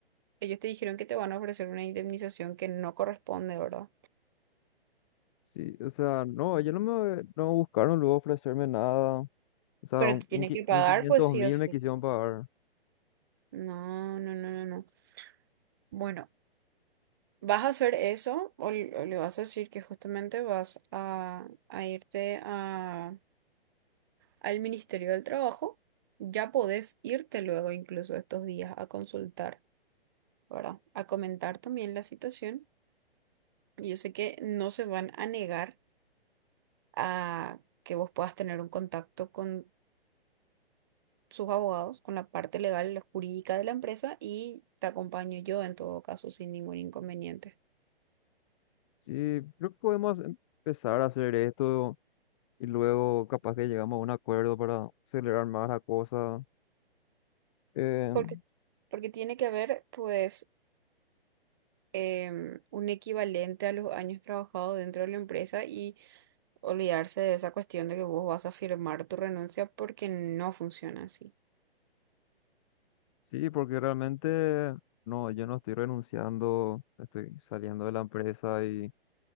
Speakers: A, on the right; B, on the left.
A: ellos te dijeron que te van a ofrecer una indemnización que no corresponde, ¿verdad?
B: Sí, o sea, no, ellos no me no buscaron luego ofrecerme nada. O sea,
A: Pero
B: un,
A: te tiene
B: un, qui-
A: que pagar,
B: un quinientos
A: pues sí
B: mil
A: o sí.
B: me quisieron pagar.
A: No, no, no, no, no. Bueno, vas a hacer eso o, l- o le vas a decir que justamente vas a, a irte a, al Ministerio del Trabajo. Ya podés irte luego incluso estos días a consultar, ¿verdad? A comentar también la situación. Y Yo sé que no se van a negar a que vos puedas tener un contacto con sus abogados, con la parte legal, la jurídica de la empresa y te acompaño yo en todo caso sin ningún inconveniente.
B: Sí, creo que podemos empezar a hacer esto y luego capaz que llegamos a un acuerdo para acelerar más la cosa. Eh,
A: Porque, porque tiene que haber, pues, em, un equivalente a los años trabajados dentro de la empresa y olvidarse de esa cuestión de que vos vas a firmar tu renuncia porque no funciona así.
B: sí, porque realmente no, yo no estoy renunciando, estoy saliendo de la empresa y...